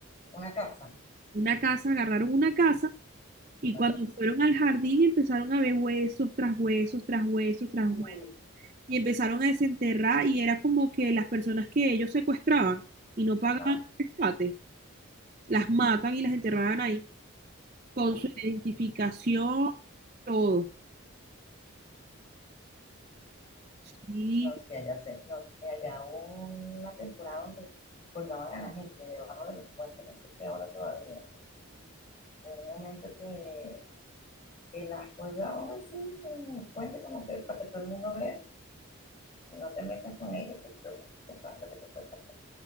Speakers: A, on the left; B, on the right.
A: Una casa.
B: una casa, agarraron una casa y
A: Ajá.
B: cuando fueron al jardín empezaron a ver huesos tras huesos, tras huesos, tras
A: Uy,
B: huesos y empezaron a desenterrar y era como que las personas que ellos secuestraban y no
A: ajá.
B: pagaban el rescate, las matan y las enterraban ahí con
A: Uy,
B: su identificación, todo. Sí.
A: No, sí, allá, se, no, allá hubo una temporada donde colgaban a la gente debajo de los puentes, no sé si ahora todavía. Hubo un momento que, que las colgaban así en el puente, como que para que todo el mundo vea, que no te metas con ellas, porque bueno, ya sabes lo que te puede pasar.